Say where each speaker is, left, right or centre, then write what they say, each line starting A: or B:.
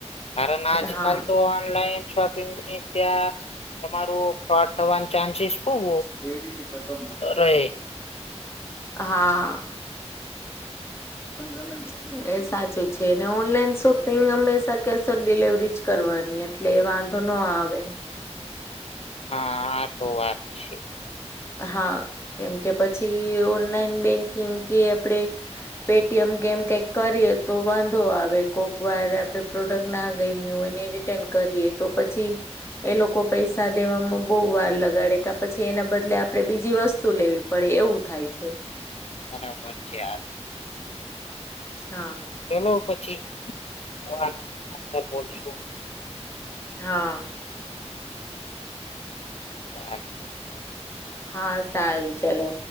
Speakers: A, on the left (about 60°); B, on the left (about 20°).
A: કારન આજકાલ
B: હા
A: તો ઓનલાઈન શો પિંગની ત્યાં તમારું ફ્રોડ થવાન ચાન્સીસ ખુબ
B: બિડી ભી ખતમ હો ગયો
A: રહે
B: તો હા. <inaudible> એ સાચું છે. અને ઓનલાઈન શોપિંગ હંમેશા કેશ ઓન ડિલવરી જ કરવાની એ. એટલે એ વાંધો નો આવે.
A: હા આ તો વાત છે.
B: હા કેમ કે પછી ઓનલાઈન બેંકિંગ કે આપડે પે ટી એમ કેમ કઈક કરીએ તો વાંધો આવે કોક વાર આપડે પ્રોડક્ટ ના ગમ્યું હોય રિટર્ન કરીએ તો પછી એ લોકો પૈસા દેવામાં બહુ વાર લગાડે કે પછી એના બદલે આ આપડે બીજી વસ્તુ લેવી પડે એવું થાય છે.
A: હા પછી <unintelligible>
B: હા.
A: પેલો પછી <inaudible> બોલશું.
B: હા.
A: <inaudible>
B: હા સારું ચલો.